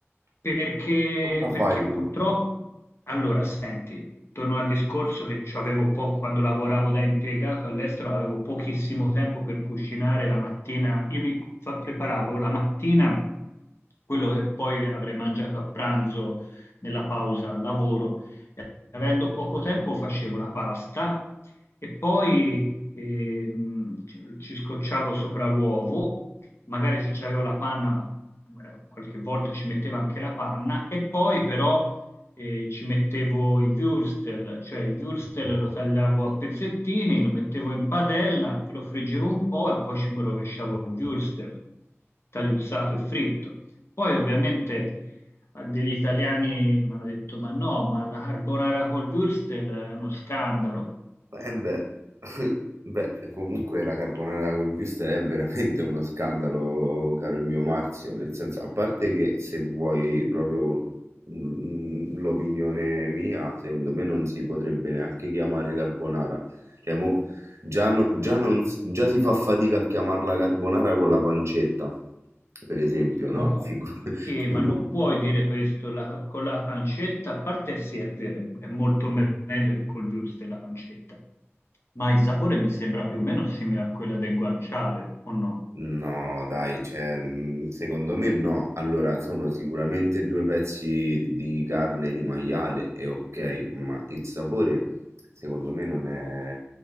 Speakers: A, on the left; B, on the right.
A: perché,
B: Come la fai
A: perché purtroppo,
B: tu?
A: allora, senti, torno al discorso che ci avevo po- quando lavoravo da impiegato all'estero, avevo pochissimo tempo per cucinare la mattina. Io mi fa- preparavo la mattina quello che poi avrei mangiato a pranzo nella pausa al lavoro avendo poco tempo facevo la pasta e poi ehm, ci ci scocciavo sopra l'uovo, magari se c'avevo la panna, magari qualche volta ci mettevo anche la panna, e poi però eh, ci mettevo il würstel, cioè il würstel
B: No.
A: lo tagliavo a pezzettini, lo mettevo in padella, lo friggevo un po' e poi ci rovesciavo il würstel tagliuzzato e fritto. Poi ovviamente degli italiani mi hanno detto: Ma no, ma la carbonara col Würstel è uno scandalo.
B: Eh beh, <laughs> beh, comunque la carbonara col wurstel è veramente uno scandalo, caro il mio Marzio, nel senso, a parte che se vuoi proprio mm, l'opinione mia, secondo me non si potrebbe neanche chiamare carbonara. Cioè, mo, già, no- già non s- già si fa fatica a chiamarla carbonara con la pancetta, per esempio, no?
A: No,
B: Figu-
A: ma
B: <laughs>
A: che? Ma non puoi dire questo la- con la pancetta. A parte sì, è vero, è molto me- meglio che col Würstel la pancetta. Ma il sapore mi sembra più o meno simile a quella del guanciale, o no?
B: No, dai, cioè, mh, secondo me no. Allora, sono sicuramente due pezzi di carne di maiale e ok, ma il sapore secondo me non è,